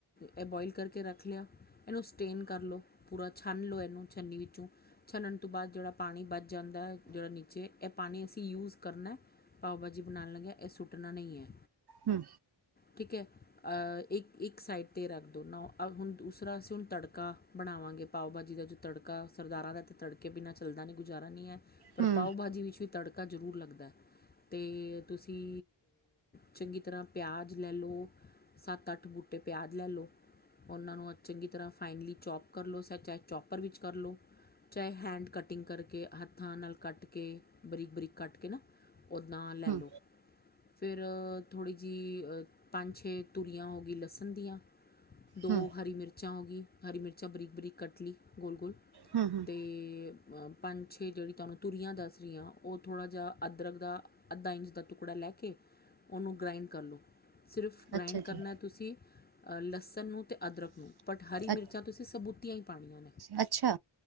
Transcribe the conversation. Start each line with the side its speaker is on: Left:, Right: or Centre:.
Left: ਇਹ ਬੋਇਲ ਕਰਕੇ ਰੱਖ ਲਿਆ ਇਹਨੂੰ ਸਟੇਨ ਕਰ ਲਓ ਪੂਰਾ। ਛਾਨ ਲਓ ਇਹਨੂੰ ਛਨੀ ਵਿੱਚੋਂ ਛਨਣ ਤੋਂ ਬਾਅਦ। ਜਿਹੜਾ ਪਾਣੀ ਬਚ ਜਾਂਦਾ ਜਿਹੜਾ ਨੀਚੇ ਇਹ ਪਾਣੀ ਅਸੀਂ ਯੂਜ ਕਰਨਾ ਪਾਓ ਭਾਜੀ ਬਣਾਣ ਲੱਗਿਆ ਇਹ ਸੁੱਟਣਾ ਨਹੀਂ ਹੈ।
Right: ਹੂੰ,
Left: ਠੀਕ ਹੈ ਅਹ ਇੱਕ ਇੱਕ ਸਾਈਡ ਤੇ ਰੱਖ ਦੋ ਨਾ ਹੁਣ ਦੂਸਰਾ ਅਸੀਂ ਹੁਣ ਤੜਕਾ ਬਣਾਵਾਂਗੇ ਪਾਓ ਭਾਜੀ ਦਾ ਜੋ ਤੜਕਾ ਸਰਦਾਰਾਂ ਦਾ ਤੇ ਤੜਕੇ ਬਿਨਾਂ ਚੱਲਦਾ ਨਹੀਂ ਗੁਜਾਰਾ ਨਹੀਂ ਹੈ। ਪਰ
Right: ਹੂੰ
Left: ਪਾਓ ਭਾਜੀੀ ਵਿੱਚ ਵੀ ਤੜਕਾ ਜ਼ਰੂਰ ਲੱਗਦਾ ਅਤੇ ਤੁਸੀਂ ਚੰਗੀ ਤਰ੍ਹਾਂ ਪਿਆਜ਼ ਲੈ ਲਓ ਸੱਤ ਅੱਠ ਬੂਟੇ ਪਿਆਜ਼ ਲੈ ਲਓ ਉਹਨਾਂ ਨੂੰ ਚੰਗੀ ਤਰ੍ਹਾਂ ਫਾਈਨਲੀ ਚੋਪ ਕਰ ਲਓ ਚਾਹੇ ਚੋਪਰ ਵਿੱਚ ਕਰ ਲਉ ਚਾਹੇ ਹੈਂਡ ਕੱਟ ਕਰਕੇ ਹੱਥਾਂ ਨਾਲ, ਕੱਟ ਕੇ ਬਰੀਕ-ਬਰੀਕ ਕੱਟ ਕੇ ਨਾ ਉੱਦਾਂ ਲੈ
Right: ਹੂੰ
Left: ਲਉ ਫਿਰ ਥੋੜ੍ਹੀ ਜਿਹੀ ਪੰਜ ਛੇ ਤੂਰੀਆਂ ਹੋ ਗਈ ਲਸਣ ਦੀਆਂ ਦੋ
Right: ਹੂੰ
Left: ਹਰੀ ਮਿਰਚਾਂ ਹੋ ਗਈ ਹਰੀ ਮਿਰਚ ਛਾ ਬਰੀਕ ਬਰੀਕ ਕਟਲੀ ਗੋਲ ਗੋਲ,
Right: ਹੂੰ ਹੂੰ
Left: ਤੇ, ਪੰਜ ਛੇ ਜਿਹੜੀ ਤੁਹਾਨੂੰ ਤੁਰੀਆਂ ਦੱਸ ਰਹੀਆਂ ਉਹ ਥੋੜ੍ਹਾ ਜਿਹਾ ਅਦਰਕ ਦਾ ਅੱਧਾ ਇੰਚ ਦਾ ਟੁਕੜਾ ਲੈ ਕੇ ਉਹਨੂੰ ਗ੍ਰਾਇੰਡ ਕਰ ਲਉ। ਸਿਰਫ ਗ੍ਰਾਈੰਡ
Right: ਅੱਛਾ
Left: ਕਰਨਾ
Right: ਜੀ
Left: ਤੁਸੀਂ, ਲਸਣ ਨੂੰ ਤੇ, ਅਦਰਕ ਨੂੰ ਬਟ ਹਰੀ ਮਿਰਚਾਂ
Right: ਅ
Left: ਤੁਸੀਂ ਸਬੂਤੀਆਂ ਹੀ, ਪੜਨਾ,
Right: ਅੱਛਾ,